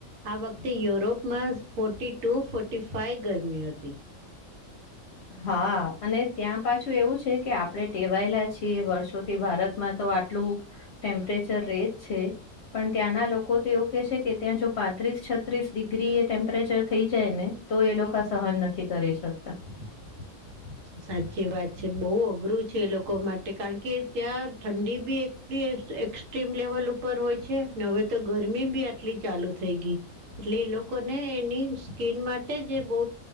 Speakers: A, on the right; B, on the left.
A: આ વખતે યો યુરોપમાં ફોર્ટી ટુ ફોર્ટી ફાઇ ગરમી હતી.
B: હા, અને ત્યાં પાછું એવું છે કે, આપણે ટેવાયેલા છીએ વર્ષોથી ભારતમાં તો આટલું, ટેમ્પરેચર રે જ છે. પણ ત્યાંના લોકો તો એવું કે છે કે ત્યાં જો પાંત્રીસ, છત્રીસ ડિગ્રી એ ટેમ્પરેચર થઈ જાય ને તો એ લોકો સહન નથી કરી શકતા.
A: <inaudible> સાચી વાત છે. બહુ અઘરું છે એ લોકો માટે કારણ કે, ત્યાં ઠંડી બી એક એક્સ્ટ્રીમ લેવલ ઉપર હોય છે ને હવે તો ગરમી બી આટલી ચાલુ થઈ ગઈ એટલે એ લોકોને એની સ્કીિન માટે જે બહુ